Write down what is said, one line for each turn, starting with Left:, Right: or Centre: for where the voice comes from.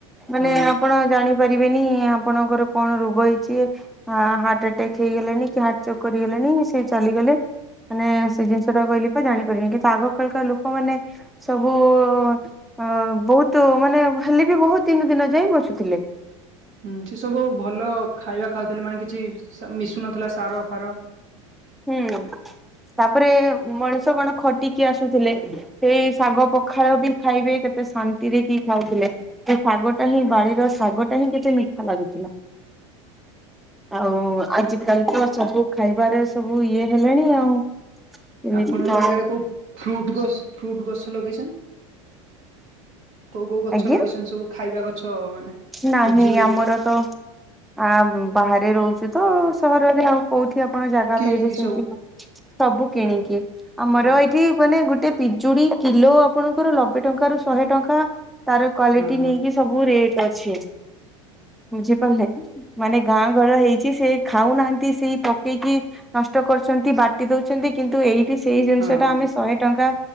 Centre: ମାନେ
Right: ହଁ
Centre: ଆପଣ ଜାଣିପାରିବେନି ଆପଣଙ୍କର କଣ ରୋଗ ହେଇଛି। ଆ ହାର୍ଟ ଆଟାକ ହେଇଗଲେଣି କି ହାର୍ଟ ଚକ୍ କରିଗଲେଣି ସେ ଚାଲିଗଲେ। ମାନେ ସେ ଜିନିଷ ଟା କହିଲେ ପା ଜାଣିପାରିନି କିନ୍ତୁ ଆଗ କାଳିକା ଲୋକମାନେ ସବୁ ଅ ବହୁତ ମାନେ ଭାଲି ବି ବହୁତ ଦିନ ଦିନ ଯାଇ ବସୁଥିଲେ।
Right: ହୁଁ ସେ ସବୁ ଭଲ ଖାଇବା ଖାଉଥିଲେ ମାନେ କିଛି ମିଶୁନଥିଲା ସାର ଫାର।
Centre: ହୁଁ ତାପରେ ମଣିଷ କଣ ଖଟିକି ଆସୁଥିଲେ। ସେଇ ଶାଗ ପଖାଳ ବି ଖାଇବେ କେତେ ଶାନ୍ତିରେ କି ଖାଉଥିଲେ। ସେ ଶାଗ ଟା ହିଁ ବାଡିର ଶାଗ ଟା ହିଁ କେତେ ମିଠା ଲାଗୁଥିଲା। ଆଉ ଆଜିକାଲି ତ ସବୁ ଖାଇବାରେ ସବୁ ଇଏ ହେଲେଣି ଆଉ। ଏମିତି
Right: ଆପଣଙ୍କ
Centre: କଣ
Right: ଏଇଆଡେ କୋଉ ଫ୍ରୁଟ ଗ ଫ୍ରୁଟ ଗଛ ଲଗେଇଛନ୍ତି? କୋଉ କୋଉ ଗଛ
Centre: ଆଜ୍ଞା
Right: ଲଗେଇଛନ୍ତି ସବୁ ଖାଇବା ଗଛ ମାନେ
Centre: ନାହିଁ
Right: ପିଜୁଳି
Centre: ଆମର ତ ଆ ବାହାରେ ରହୁଛୁ ତ ସହରରେ ଆଉ କୋଉଠି ଆପଣ ଜାଗା
Right: କିଣିକି
Centre: ପାଇବେ ସେମିତି
Right: ସବୁ
Centre: ସବୁ
Right: ମୁଁ
Centre: କିଣିକି
Right: କହିଲି
Centre: ଆମର
Right: ହଁ
Centre: ଠି ମାନେ ଗୋଟେ ପିଜୁଡି କିଲୋ ଆପଣଙ୍କର ନବେ ଟଙ୍କା ରୁ ଶହେ ଟଙ୍କା। ତାର କ୍ଵାଲିଟି
Right: ହଁ ହଁ
Centre: ନେଇକି ସବୁ ରେଟ୍ ଅଛି ବୁଝିପାରିଲେ। ମାନେ ଗାଁ ଘର ହେଇଛି ସେ ଖାଉନାହାନ୍ତି ସେଇ ପକେଇକି ନଷ୍ଟ କରୁଛନ୍ତି। ବା ଟି ଦଉଛନ୍ତି କିନ୍ତୁ ଏଇଠି ସେଇ ଜିନିଷ
Right: ହଁ
Centre: ଟା ଆମେ ଶହେ ଟଙ୍କା